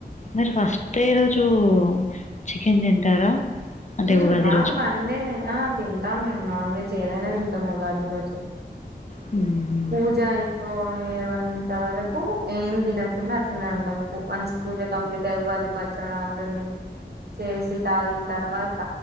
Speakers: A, on the left; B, on the right.
A: మీరు ఫస్ట్ ఏ రోజు చికెన్ తింటారా అంటే
B: ఊ
A: ఉగాది
B: మాకు
A: రోజు.
B: బండేనే ఆ తింటాం మేము నాన్ వెజ్ చేదానా తింటాం ముగాది రోజు
A: హుహుహు.
B: పూజ అయిపో ఏవర అంత వరకు ఏం తినకుండా అట్నే ఉంటాం వన్స్ పూజ కంప్లీట్ అయి ఉగాది పచ్చడ అంత దిని చేసి తాగిన తర్వాత